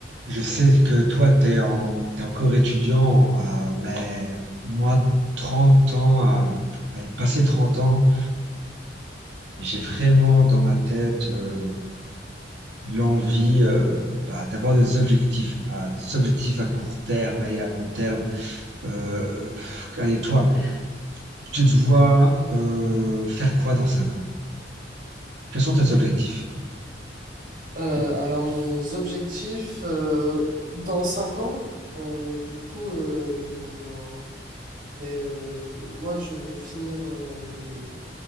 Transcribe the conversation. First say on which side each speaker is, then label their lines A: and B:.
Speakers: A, on the right (about 75°); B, on the right (about 55°).
A: Je sais que toi, tu en, t'es encore étudiant, euh, mais moi, 30 ans, euh, allez, passé 30 ans, j'ai vraiment dans ma tête euh, l'envie euh, bah, d'avoir des objectifs, euh, des objectifs à court terme et à long terme. Euh, pff, allez, toi, tu te vois euh, faire quoi dans 5 ans? Quels sont tes objectifs?
B: Euh, alors mes objectifs euh, dans 5 ans, euh, du coup, euh, ben, euh, moi je veux finir euh,